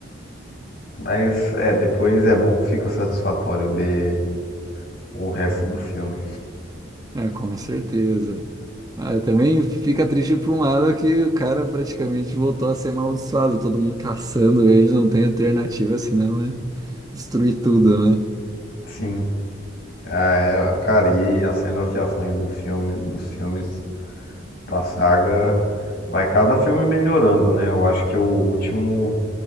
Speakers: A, on the left (about 60°); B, on the right (about 20°).
A: Mas é, depois é bom que fica satisfatório ver o resto do filme.
B: é, com certeza. Ah, eu também fica triste por um lado que o cara praticamente voltou a ser amaldiçoado, todo mundo caçando ele, não tem alternativa senão é destruir tudo, né?
A: Sim. Ah, é, cara, e as cenas de ações do filme, dos filmes da saga, vai cada filme melhorando, né? Eu acho que o último